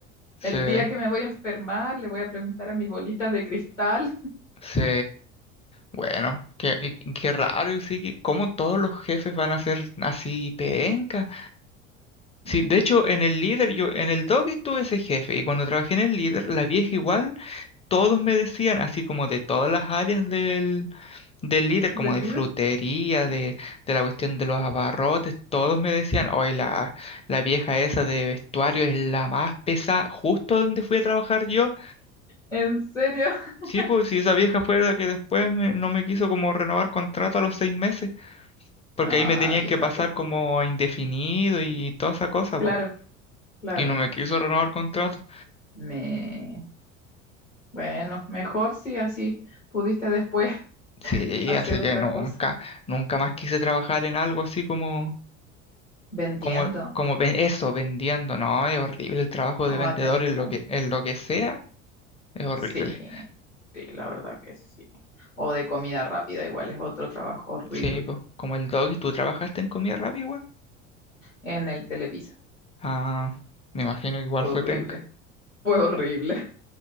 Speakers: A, on the left (about 15°); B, on the left (about 90°).
A: sí,
B: El día que me voy a enfermar, le voy a preguntar a mi bolita de cristal.
A: sí. Bueno, qué, qué- qué raro, y sí, que cómo todos los jefes van a ser así penca. Sí,
B: Mm,
A: de hecho, en el líder, yo, en el Doggy tuve ese jefe, y cuando trabajé en el líder, la vieja igual, todos me decían, así como de todas las áreas del, del líder,
B: ¿Del
A: como de
B: líder?
A: frutería, de, de la cuestión de los abarrotes, todos me decían, hoy la, la vieja esa de vestuario es la más pesada, justo donde fui a trabajar yo.
B: ¿En serio? <laughs>
A: Sí, pues si esa vieja fue la que después me- no me quiso como renovar contrato a los seis meses. Porque
B: Ah,
A: ahí me tenían
B: vieja
A: que pasar
B: pesa.
A: como a indefinido y toda esa cosa,
B: Claro,
A: po.
B: claro.
A: Y no me quiso renovar contrato.
B: Me, Bueno, mejor si así pudiste después <laughs>
A: Sí,
B: hacer
A: así que
B: otra
A: nunca,
B: cosa,
A: nunca más quise trabajar en algo así como,
B: vendiendo
A: como, como ven- eso, vendiendo. No, es horrible el trabajo
B: o
A: de vendedor
B: atendiendo.
A: en lo que, en lo que sea, es horrible.
B: Sí, sí, la verdad que sí. O de comida rápida, igual es otro trabajo horrible.
A: Sí, pues, como el dog, y tú trabajaste en comida rápida igual.
B: En el Telepizza,
A: Ah, me imagino que igual
B: fue
A: fue
B: horrible,
A: penca.
B: fue horrible.